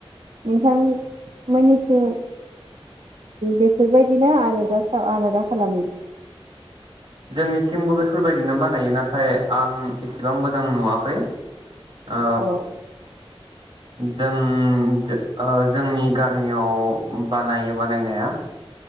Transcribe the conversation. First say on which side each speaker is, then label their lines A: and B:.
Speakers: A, on the right (about 75°); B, on the right (about 60°).
A: नोंथांमोननिथिं बेफोरबायदि बिदिनो आलादासाव आलादा खालामो
B: जोंनिथिंबो बेफोरबायदिनो बानायो नाथाय आं इसेबां मोजां नुवाखै। अ
A: औ
B: जों ओ जोंनि गामियाव बानायो बानायनाया